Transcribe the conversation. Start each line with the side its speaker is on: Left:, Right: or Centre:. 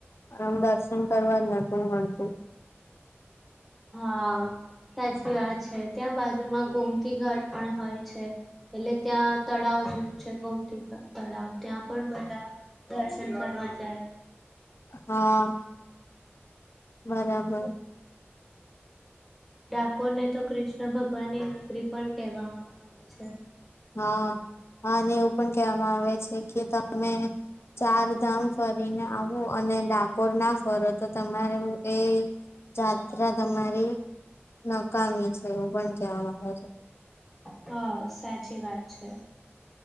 Left: આમ દર્શન કરવા જ નતું મળતું
Centre: હા સાચી વાત છે ત્યાં બાજુમાં ગોમતી ઘાટ પણ હોય છે એટલે ત્યાં તળાવ જેવું છે ગોમતીગ તળાવ ત્યાં પણ બધા દર્શન કરવા કરવાવા જાય
Left: હા. બરાબર.
Centre: ડાકોર ને તો કૃષ્ણ ભગવાનની નગરી પણ કહેવામાં આવે છે.
Left: હા હા ને એવુ. પણ કહેવામાં આવે છે કે તમે ચારધામ ફરીને આવ હું. અને ડાકોર ના ફરો તો તમારે એ જાત્રા તમારી નકામી છે એવું પણ કેહેવામાં આવે છે.
Centre: હ સાચી વાત છે.